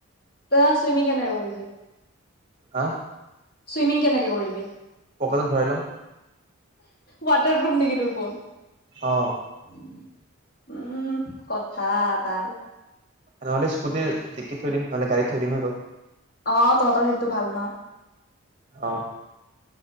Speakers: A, on the left (about 45°); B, on the right (about 30°).
A: অ চুইমিং কেনেকে কৰিবি
B: হা
A: চুইমিং কেনেকে কৰিবি
B: পকাতেত ভৰাইলাম
A: ৱাটাৰপ্ৰুফ নেকি তোৰ ফোন?
B: অ
A: উম উম কথা তাৰ
B: নহলে স্কুটিৰ দিকিত থৈ দিম নহলে গাড়ী থৈ দিম হৈ গ'ল৷
A: অ তহঁতৰ সেইটো ভাল ন?
B: অ